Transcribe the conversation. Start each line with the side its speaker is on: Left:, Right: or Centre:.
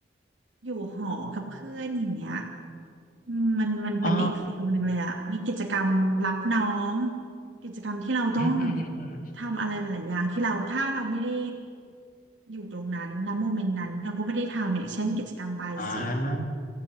Right: อยู่หอกับเพื่อนอย่างเงี้ยอืมมันมันเป็นอีกฟิลหนึ่งเลยอะมีกิจกรรมรับน้อง
Left: อ๋อ
Right: กิจกรรมที่เราต้อง
Left: อืมอืมอืมอม
Right: ทำอะไรหลายๆอย่างที่เราถ้าเราไม่ได้อยู่ตรงนั้นณโมเมนต์นั้นเราก็ไม่ได้ทำเนี่ยเช่นกิจกรรมบายสี
Left: อ่า